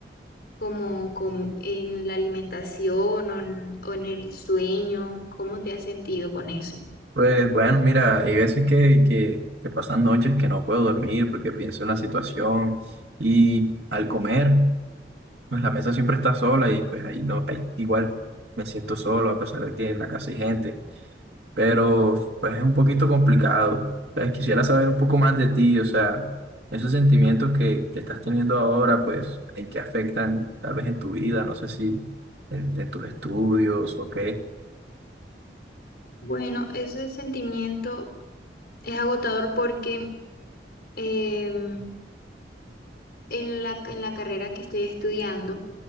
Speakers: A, on the left; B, on the right.
A: como, com- en la alimentación o en, o en el sueño. ¿Cómo te has sentido con eso?
B: Pues bueno, mira, hay veces que, que, que pasan noches que no puedo dormir porque pienso en la situación y al comer. pues la mesa siempre está sola y pues ahí no, ahí igual me siento solo a pesar de que en la casa hay gente, pero pues es un poquito complicado. Pues, quisiera saber un poco más de ti, o sea, esos sentimientos que, que estás teniendo ahora, pues en qué afectan tal vez en tu vida, no sé si en, en tus estudios o qué.
A: Bueno, ese sentimiento es agotador porque em, en la, en la carrera que estoy estudiando,